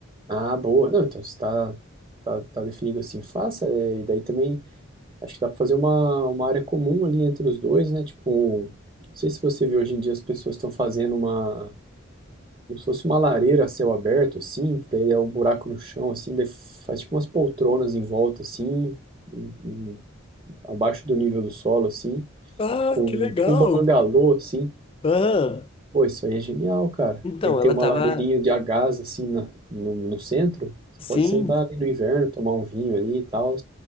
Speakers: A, on the right (about 25°); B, on the left (about 25°).
A: Ah, boa. Não, então você tá, tá, tá definido assim, faça. é, e daí também acho que dá para fazer uma, uma área comum ali entre os dois, né? Tipo, não sei se você vê hoje em dia as pessoas estão fazendo uma como se fosse uma lareira a céu aberto, assim, que daí é um buraco no chão, assim, daí faz tipo umas poltronas em volta, assim, em- em- abaixo do nível do solo, assim,
B: Ah,
A: com
B: que legal!
A: tipo um bangalô, assim.
B: Aham.
A: Pô, isso aí é genial, cara.
B: Então,
A: Daí tem
B: ela
A: uma
B: tava.
A: lareirinha de a gás, assim, na- no, no centro. Você
B: Sim.
A: pode sentar ali no inverno, tomar um vinho ali e tal.